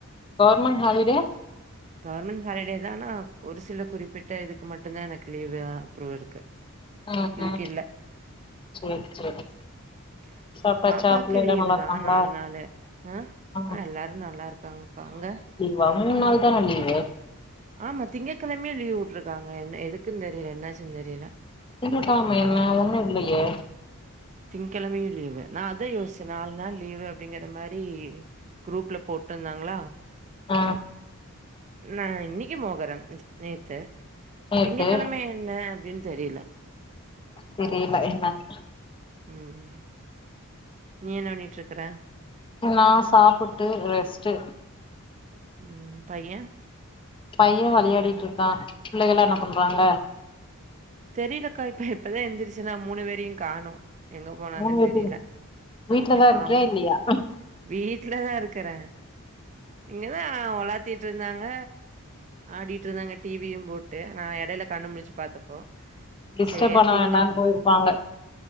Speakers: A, on the left; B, on the right.
A: கவர்மென் ஹாலிடே
B: கவர்மென் ஹாலிடே தா ஆனா ஒரு சில குறிப்பிட்ட இதுக்கு மட்டு தா எனக்கு லீவு அ ஃப்ரு இருக்கு
A: ஆ
B: இதுக்கு
A: ஆ
B: இல்ல
A: சேர் சேரி
B: <inaudible>
A: சாப்ட்டாச்சா
B: பாப்பாக்கு
A: பிள்ளைலா
B: லீவு
A: நல்லா
B: தா
A: இருக்காங்களா
B: நால் நாளு அ
A: ஆ
B: அ எல்லாரு நல்லா இருக்காங்க்கா அங்க
A: வாவ் மூண் நாளைக் தான லீவு
B: ஆமா திங்கக்கெழமையு லீவ் வுட்டுருக்காங்க என்ன எதுக்குன் தெரில என்னாச்சு தெரில
A: திங்ககெழம என்ன ஒன்னு இல்லயே
B: திங்க்கெழமையு லீவு நா அதா யோச்ச நாலு நாள் லீவு அப்டிங்ற மாரி குரூப்ல போட்டுந்தாங்ளா
A: ஆ
B: நா இன்னிக்கு மொகரம் நேத்து
A: நேத்து
B: திங்க கெழம எ ன்ன அப்டின் தெரில
A: தெரில என்னான்
B: ம் நீ என்ன பண்ணிட்க்ற
A: நா சாப்புட்டு ரெஸ்ட்டு
B: ம் பய்ய
A: பய்யே வெளையாடிட்ருக்கா புள்ளைகலா என்ன பண்றாங்க
B: தெரிலக்கா இப்ப இப்பதா எந்திரிச்ச நா மூனு பேரையு காணோ எங்க போனாங்கன்
A: மூணு பேத்தையு
B: தெரில
A: வீட்லதா இருக்கியா
B: ஆமா
A: இல்லையா
B: வீட்ல தா இருக்குற இங்க தா ஒலாத் திட்டு இருந்தாங்க ஆடிட்டு இருந்தாங்க டிவியு போட்டு நா எடைல கண்ணு முழிச்சு பாத்தப்போ
A: டிஸ்டப்
B: சேரி
A: பண்ண
B: தூங்கலா
A: வேண்டான் போயிருப்பாங்க